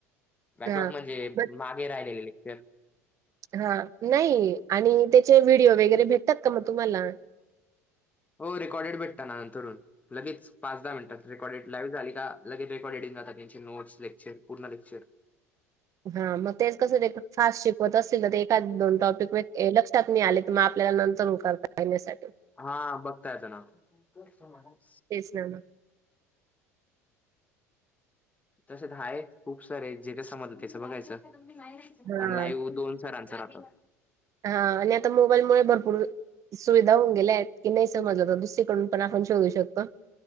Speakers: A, on the left (about 20°); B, on the right (about 40°).
A: बॅक
B: हां.
A: लॉक म्हणजे
B: मग
A: मागे राहिलेले लेक्चर
B: हा नाही आणि त्याचे व्हिडिओ वगैरे भेटतात का मग तुम्हाला?
A: हो रेकॉर्डेड भेटत ना नंतरून लगेच पाच दहा मिनटात रेकॉर्डे. लाईव्ह झाली का लगे रेकॉर्डिंग जात त्यांचे नोट्स लेक्चर पूर्ण लेक्चर.
B: हा मग तेच कसं फास्ट शिकवत असतील ना ते एका दोन टॉपिक म लक्ष. आले तर मग आपल्याला नंतर उ कर पाण्यासाठी.
A: हा बघता येतं ना. <unintelligible>
B: आहे ना.
A: तसेच आहेत खूप सारे, जे जे समजले त्याचं बघायचं.
B: हां
A: आणि लाईव दोन सरांच राहत.
B: हा, आणि आता मोबाईलमुळं भरपूर सुविधा होऊन गेल्या आहेत, की नाही समजलं तर दुसरीकडून पण आपण शोधू शकतो.